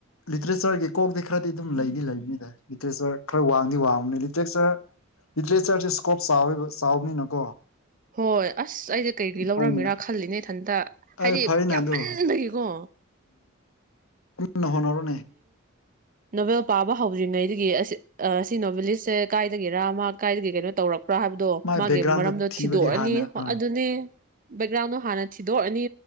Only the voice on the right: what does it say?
ꯍꯣꯏ ꯑꯁ ꯑꯩꯗꯤ ꯀꯩꯒꯤ ꯂꯧꯔꯝꯃꯤꯔꯥ
ꯈꯜꯂꯤꯅꯦ ꯊꯟꯇ
ꯍꯥꯏꯗꯤ
ꯌꯥꯝꯃꯟꯕꯗꯒꯤꯀꯣ
ꯅꯣꯚꯦꯜ ꯄꯥꯕ ꯍꯧꯗ꯭ꯔꯤꯉꯩꯗꯒꯤ ꯑꯁꯤ ꯑꯁꯤ ꯅꯣꯚꯦꯂꯤꯁꯁꯦ ꯀꯥꯏꯗꯒꯤꯔꯥ ꯑꯃ ꯀꯥꯏꯗꯒꯤ ꯀꯩꯅꯣ ꯇꯧꯔꯛꯄ ꯭ꯔꯥ ꯍꯥꯏꯕꯗꯣ
ꯃꯥꯒꯤ
ꯃꯔꯝꯗꯣ
ꯊꯤꯗꯣꯛꯑꯅꯤ
ꯑꯗꯨꯅꯦ ꯕꯦꯛꯒ꯭ꯔꯥꯎꯟꯗꯣ ꯍꯥꯟꯅ ꯊꯤꯗꯣꯛꯑꯅꯤ